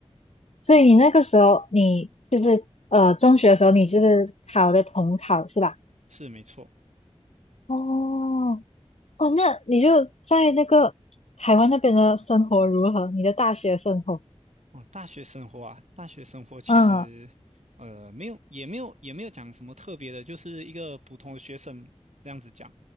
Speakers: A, on the left (about 70°); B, on the right (about 85°).
A: 所以你那个时候，你就是呃，中学的时候，你就是考的统考是吧？
B: 是没错。
A: 哦哦，那你就在那个台湾那边的生活如何？你的大学生活？
B: 哦，大学生活啊，大学生活其实，
A: 嗯
B: 呃，没有，也没有，也没有讲什么特别的，就是一个普通的学生这样子讲。